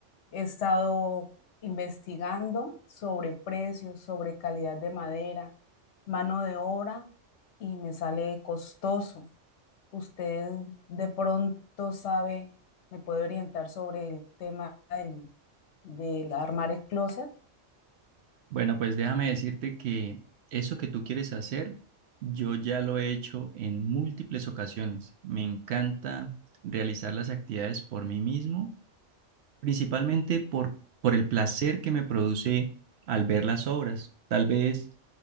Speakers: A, on the left; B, on the right.
A: He estado investigando sobre precios, sobre calidad de madera, mano de obra, y me sale costoso. ¿Usted de pronto sabe, me puede orientar sobre el tema del, del armar el closet?
B: Bueno, pues déjame decirte que eso que tú quieres hacer, yo ya lo he hecho en múltiples ocasiones. Me encanta realizar las actividades por mí mismo, principalmente por, por el placer que me produce al ver las obras. Tal vez